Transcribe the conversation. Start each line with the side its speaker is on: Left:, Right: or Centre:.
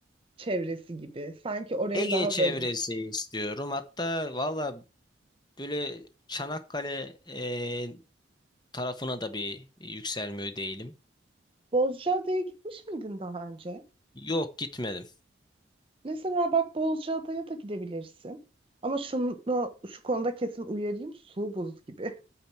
Right: çevresi gibi. Sanki oraya
Left: Ege
Right: daha
Left: çevresi
Right: böyle
Left: istiyorum. Hatta valla böyle Çanakkale e, tarafına da bir yükselmiyor değilim.
Right: Bozcaada'ya gitmiş miydin daha önce?
Left: Yok gitmedim.
Right: Mesela bak Bozcaada'ya da gidebilirsin. Ama şunu, şu konuda kesin uyarayım. Su buz gibi.